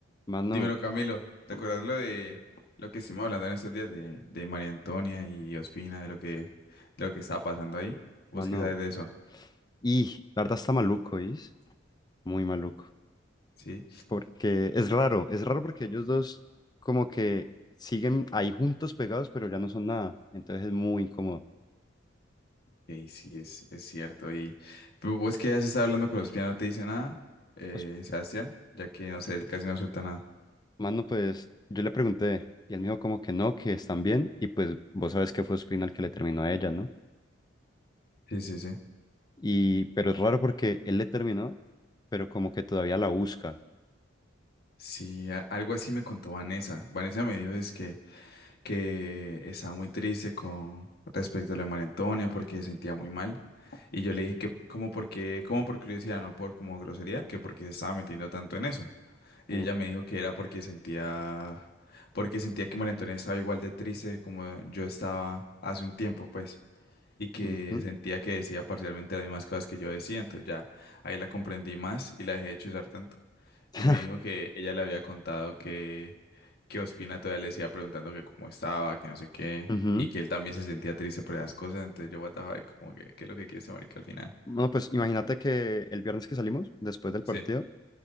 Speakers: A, on the left; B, on the left.
A: Mano,
B: Dímelo, Camilo, ¿te acuerdas lo de lo que estuvimos hablando en esos días de, de María Antonia y Ospina, de lo que, de lo que estaba pasando ahí?
A: mano.
B: ¿Vos qué sabes de eso?
A: Y la verdad está maluco, ¿is? Muy maluco.
B: Sí,
A: Porque es raro, es raro porque ellos dos como que siguen ahí juntos pegados, pero ya no son nada. Entonces es muy incómodo.
B: y sí, es, es cierto. ¿Y pero vos que has estado hablando con Ospina no te dice nada, eh,
A: Pues,
B: Sebastián? Ya que, no sé, él casi no suelta nada.
A: mano, pues yo le pregunté y él me dijo como que no, que están bien. Y pues vos sabes que fue Ospina el que le terminó a ella, ¿no?
B: Sí, sí, sí.
A: Y, pero es raro porque él le terminó, pero como que todavía la busca.
B: Sí, a- algo así me contó Vanessa. Vanessa me dijo es que que estaba muy triste con respecto a lo de María Antonia porque se sentía muy mal. Y yo le dije que como porque, como por curiosidad, no por como grosería, que porque se estaba metiendo tanto en eso. Y
A: Uf.
B: ella me dijo que era porque sentía, porque sentía que María Antonia estaba igual de triste como yo estaba hace un tiempo, pues y que
A: Ujú.
B: sentía que decía parcialmente las mismas cosas que yo decía, entonces ya ahí la comprendí más y la dejé de chuzar tanto.
A: <laughs>
B: Y me dijo que ella le había contado que, que Ospina todavía le decía preguntando que cómo estaba, que no sé qué,
A: Ujú.
B: y que él también se sentía triste por esas cosas, entonces yo, what the fuck, como que, ¿qué es lo que quiere ese marica al final?
A: Bueno, pues imagínate que el viernes que salimos, después del
B: Sí.
A: partido,